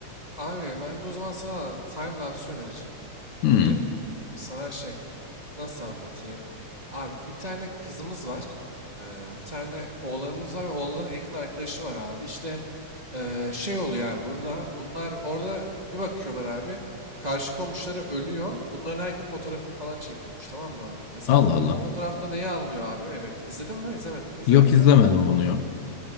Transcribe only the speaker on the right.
Abi ben de o zaman sana timelapse önereceğim.
Bu film sana şey nasıl anlatayım? Abi bir tane kızımız var. Ee, bir tane oğlanımız var ve oğlanın yakın arkadaşı var abi. İşte ee, şey oluyor yani burada. Bunlar orada bir bakıyorlar abi. Karşı komşuları ölüyor. Bunların her gün fotoğrafını falan çekiyormuş tamam mı abi? Mesela
o fotoğrafta neyi anlıyor abi? Evet. İzledin mi? İzlemedin. mi? İzlemedin
değil mi?